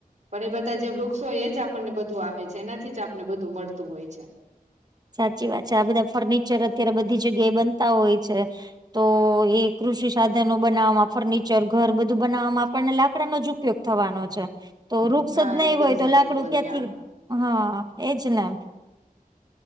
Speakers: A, on the right; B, on the right.
A: પણ એ બધા જે વૃક્ષો એ જ આપણને બધું આપે છે એનાથી જ આપણને બધું મળતું હોય છે.
B: સાચી વાત છે. આ બધા ફર્નિચર અત્યારે બધી જગ્યાએ બનતા હોય છે. તો એ કૃષિ સાધનો બનાવવામાં, ફર્નિચર, ઘર બધું બનાવવામાં આપણને લાકડા નો જ ઉપયોગ ઉપયોગ થવાનો છે. તો વૃક્ષ
A: હા
B: જ નહી
A: એકદમ
B: હોય
A: સાચું
B: તો લાકડું
A: બોલ્યા
B: ક્યાંથી હા એજ ને